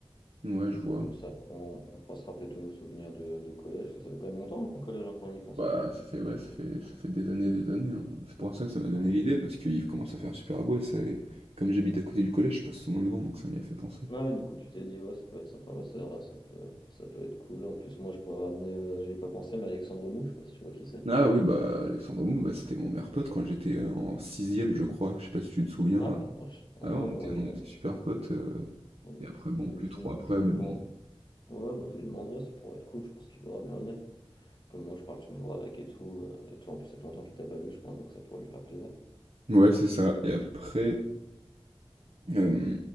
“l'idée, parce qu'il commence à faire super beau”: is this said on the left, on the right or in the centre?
Right